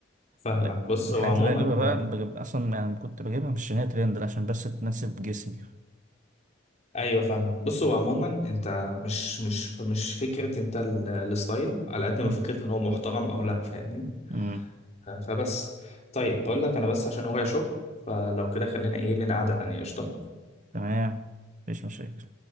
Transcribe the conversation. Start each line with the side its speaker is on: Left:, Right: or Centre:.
Left: فاهمك
Right: لكن
Left: بص
Right: الحاجات
Left: هو عموما
Right: اللي أجيبها بقى بجيب أصلا يعني كنت بجيبها مش عشان هي ترند لا عشان بس تناسب جسمي
Left: ايوه فاهمك بص هو عموما انت مش مش مش فكره انت ال- الستايل على قد ما
Right: مم.
Left: فكره ان هو محترم او لا فاهمني
Right: مم.
Left: ف- فبس طيب بقول لك انا بس عشان ورايا شغل فلو كده خلينا ايه لنا قعده تانيه قشطه
Right: تمام مفيش مشاكل